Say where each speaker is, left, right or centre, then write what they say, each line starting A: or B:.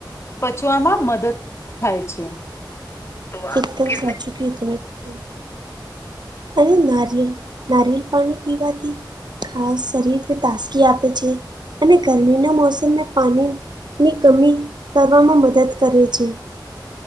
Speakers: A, on the left (about 35°); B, on the right (about 65°).
A: પચવામાં મદદ થાય છે. તો આ કૂકીઝને
B: એકદમ સાચુ કહ્યું તમે બેન. અને નારિયેલ નારિયેલ પાણી પીવાથી ખાસ શરીરને તાસગી આપે છે. અને ગરમીના મોસમમાં પાની ની કમી કરવામાં મદદ કરે છે.